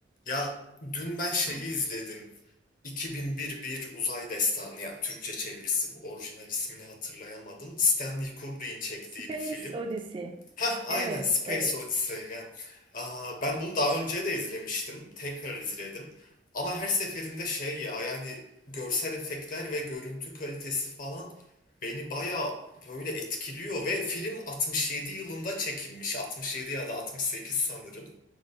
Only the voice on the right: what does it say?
Space
Odyssey.
Evet,
evet,